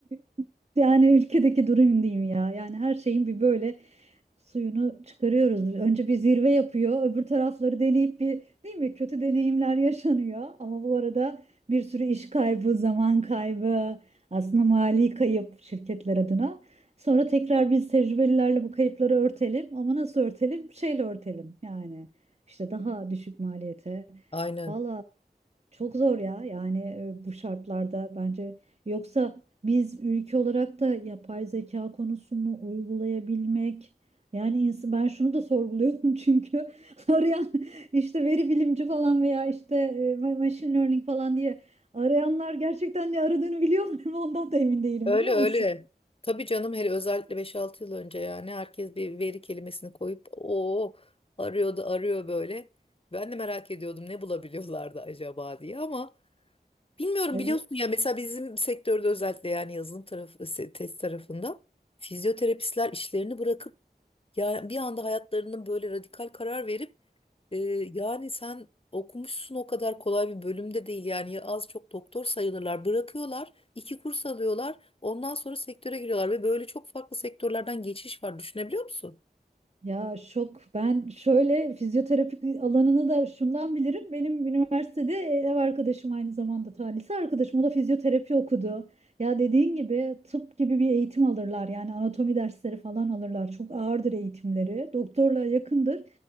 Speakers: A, on the right; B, on the left.
A: <laughs> yani ülkedeki durum diyeyim ya. Yani her şeyin bir böyle Suyunu çıkarıyoruz. Önce bir zirve yapıyor. Öbür tarafları deneyip bir değil mi? Kötü deneyimler yaşanıyor. Ama bu arada bir sürü iş kaybı, zaman kaybı, aslında mali kayıp şirketler adına. Sonra tekrar biz tecrübelilerle bu kayıpları örtelim. Ama nasıl örtelim? Şeyle örtelim yani. İşte daha düşük maliyete.
B: Aynen.
A: Valla çok zor ya yani e, bu şartlarda bence yoksa biz ülke olarak da yapay zeka konusunu uygulayabilmek yani ins- ben şunu da sorguluyorum <laughs> çünkü arayan işte veri bilimci falan veya işte e, ma- machine learning falan diye arayanlar gerçekten ne aradığını biliyorlar mı ondan da emin değilim
B: Öyle
A: biliyor
B: öyle.
A: musun?
B: Tabii canım hele özellikle beş altı yıl önce yani herkes bir veri kelimesini koyup o arıyordu arıyor böyle. Ben de merak ediyordum ne bulabiliyorlardı acaba diye ama Bilmiyorum
A: Evet.
B: biliyorsun ya mesela bizim sektörde özellikle yani yazılım tarafı se- test tarafında fizyoterapistler işlerini bırakıp yani bir anda hayatlarının böyle radikal karar verip e, yani sen okumuşsun o kadar kolay bir bölümde değil yani ya az çok doktor sayılırlar bırakıyorlar iki kurs alıyorlar ondan sonra sektöre giriyorlar ve böyle çok farklı sektörlerden geçiş var düşünebiliyor musun?
A: Ya şok. Ben şöyle fizyoterapi alanını da şundan bilirim. Benim üniversitede e, ev arkadaşım aynı zamanda talihsiz arkadaşım. O da fizyoterapi okudu. Ya dediğin gibi tıp gibi bir eğitim alırlar. Yani anatomi dersleri falan alırlar. Çok ağırdır eğitimleri. Doktorla yakındır.